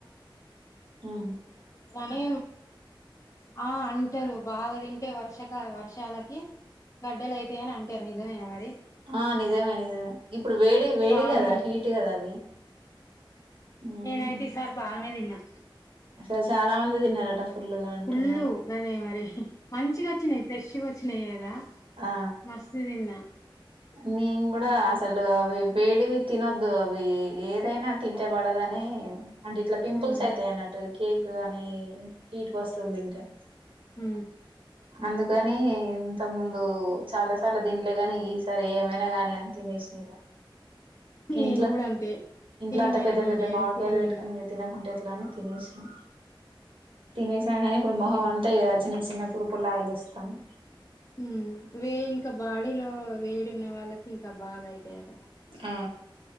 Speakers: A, on the right; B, on the left.
A: ఉ
B: పోనీ ఆ అంటారు బాగా తింటే వర్షక వర్ వర్షాలకి గడ్డలు అయితాయని అంటారు నిజమేన మరి
A: ఆ నిజమే నిజమే ఇప్పుడు వేడి వేడి
B: వామ్మో
A: కదా హీట్ కదా అవి ఉమ్,
B: నేను అయితే ఈ సారీ బాగానే తిన్నా
A: అసలు చాలా మంది తిన్నారట ఫుల్గా అంటున్నారు
B: ఫుల్లు గదే మరి మంచిగా వచ్చినాయి ఫ్రెష్గా వచ్చిన లేదా
A: ఆ
B: మస్తు తిన్న
A: నేను కూడా అసలు అవి వేడివి తినోద్దు అవి ఏదైనా తింటే పడదని అంటే ఇట్లా పింపుల్స్
B: ఉమ్,
A: అయితాయి అన్నట్టు కేక్ అని హీట్ వస్తు వస్తువులు తింటే
B: ఉ
A: అందుకని ఇంతకు ముందు చాలా సార్లు తింలే గాని ఈ సారి ఏమైనా గాని అని తినేసినా
B: నేను
A: ఇంట్లో
B: కూడా అంతే
A: ఇంట్లో
B: ఏమైనా
A: అంత పెద్ద
B: గాని
A: పెద్ద
B: అని
A: మాడికాయలు
B: ఫుల్లు
A: పెట్టుకని
B: తిన్నా
A: ఇంగ తినకుంటే ఏ ట్లాని తినేసినా తినేసినాను కానీ ఇప్పుడు మొహం
B: ఉమ్,
A: అంతా చిన్న చిన్న తూరుపులాగా లేస్తాన్నాయి
B: ఉ వే ఇంకా బాడీలో వేడిన్న వాళ్ళకి ఇంకా బాగా ఆయితాయట
A: ఆ